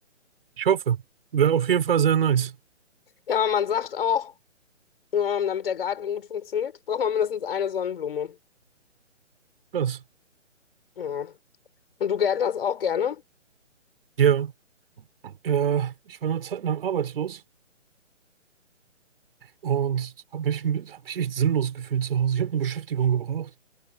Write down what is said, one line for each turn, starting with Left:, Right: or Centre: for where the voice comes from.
Right: Ich hoffe. Wäre auf jeden Fall sehr nice.
Left: Ja, aber man sagt auch, ähm, damit der Garten gut funktioniert, braucht man mindestens eine Sonnenblume.
Right: Krass.
Left: Ja. Und du gärtnerst auch gerne?
Right: Ja, äh, ich war eine Zeit lang arbeitslos und habe mich, hab mich echt sinnlos gefühlt zu Hause. Ich habe eine Beschäftigung gebraucht